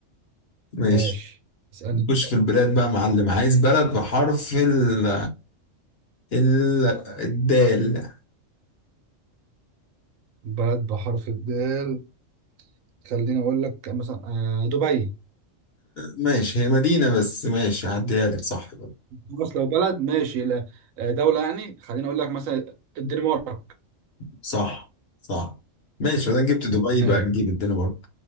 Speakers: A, on the left; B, on the right.
A: ماشي
B: ماشي اسالني
A: نخش في البلاد بقى يا معلم عايز بلد بحرف ال ال الدال آه،
B: بلد بحرف الدال خليني اقول لك مثلا آه، دبي
A: ماشي هي مدينه بس ماشي هعديها لك صح برضه.
B: خلاص لو بلد ماشي لا آه، دوله يعني خليني اقول لك مثلا الدنمارك
A: صح صح ماشي انا جبت دبي
B: ما-
A: بقى نجيب الدنيا برضه